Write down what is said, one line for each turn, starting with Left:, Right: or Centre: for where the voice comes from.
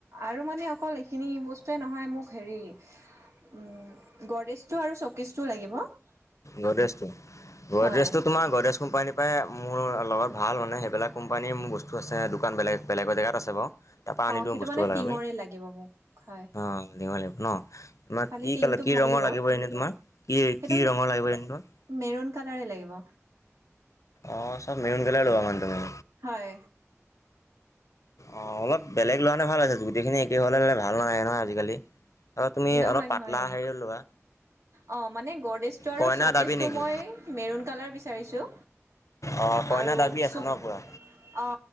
Right: আৰু মানে অকল এইখিনি বস্তুৱয়ে নহয় মোক হেৰি গডেজটো আৰু চকেজটো লাগি
Left: গদ্ৰেজটো, গদ্ৰেজ
Right: হয়
Left: তোমাৰ গডেজ কোম্পানীৰ পৰাই মোৰ লগত ভাল মানে সেইবিলাক কোম্পানীয়ে মোৰ বস্তু আছে দোকান বেলেগ বেলেগ বেলেগ জেগাত আছে বাৰু। তাৰপৰা
Right: অ
Left: আনি দিওঁ
Right: সেইটো
Left: বস্তুবিলাক
Right: মানে টিঙৰে
Left: আমি।
Right: লাগিব মোক হয়
Left: অ আনিব লাগিব ন। তোমাক
Right: খালি
Left: কি
Right: টিংটো
Left: কালাৰ কি
Right: ভাল
Left: ৰঙৰ
Right: দিব
Left: লাগিব
Right: আৰু
Left: এনেই তোমাক? কি
Right: সেইটো
Left: কি ৰঙৰ লাগিব এনে তোমাক?
Right: মেৰুন কালাৰে লাগিব।
Left: অ চব মেহন কালাৰেই ল'বা মানে তুমি।
Right: হয়।
Left: অ অলপ বেলেগ লোৱা হ'লে ভাল আছে গুতেইখিনি এককে হ'লে মানে ভাল নাহে নহয় আজিকালি। আৰু তুমি
Right: নহয়
Left: অলপ পাতলা
Right: নহয়
Left: হেৰি লোৱা
Right: অ মানে গদ্ৰেজটো আৰু
Left: কইনা
Right: চকেজটো
Left: দাবী নেকি
Right: মই মেৰুণ কালাৰ বিচাৰিছোঁ
Left: অ কইনা
Right: আৰু
Left: দাবী আছে
Right: চুক
Left: ন পুৰা
Right: অ